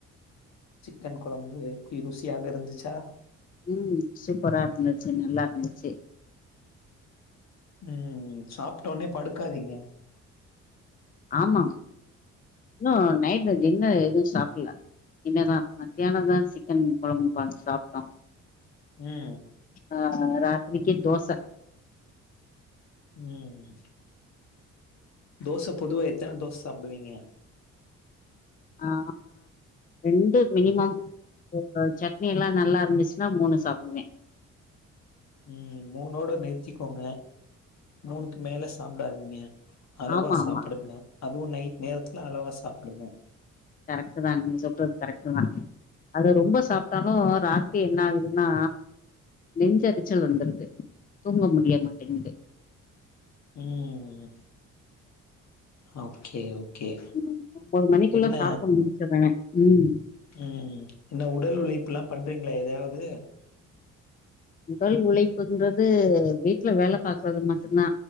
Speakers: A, on the left; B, on the left.
A: சிக்கன் கொம்பு எப்டி ருசியாக இருந்துச்சா
B: உம் சூப்பரா இருந்துச்சு நல்லார்ந்துச்சு
A: உம் சாப்ட்டோன்னே படுக்காதிங்க
B: ஆமா இன்னு நைட்ல டின்னர் எதும் சாப்புட்ல இன்னதா மத்யானந்தா சிக்கன் கொழம்பு பண் சாப்ட்டோ
A: உம்
B: ஆ ராத்ரிக்கி தோச
A: உம் தோச பொதுவா எத்தன தோஸ் சாப்டுவிங்க
B: ஆ ரெண்டு மினிமம் சட்னி எல்லா நல்லாருந்துச்னா மூணு சாப்டுவே
A: உம் மூணோட நிற்திக்கோங்க மூணுக்கு மேல சாப்டாத் மியா அளவா
B: ஆமா
A: சாப்டுங்க
B: ஆமா
A: அதுவு நைட் நேரத்ல அளவா சாப்டுங்க
B: கரெக்ட்டு தா நீங்க சொல்றது கரெக்ட்டு தா அது ரொம்ப சாப்ட்டாலு ராத்ரி என்ன ஆகுதுன்னா நெஞ்செரிச்சல் வந்துருது தூங்க முடிய மாட்டேங்குது
A: ம் ஓகே ஓ கே
B: ம், ஒன்பது மணிக்குள்ள
A: என்ன
B: சாப்ட்டு முடிச்சிடுறே ம்
A: உம் என்ன உடல் உழைப்புலா பண்றிங்களா எத்தாவ் யேது
B: உடல் உழைப்புன்றது வீட்ல வேல பாக்றது மட்டுதா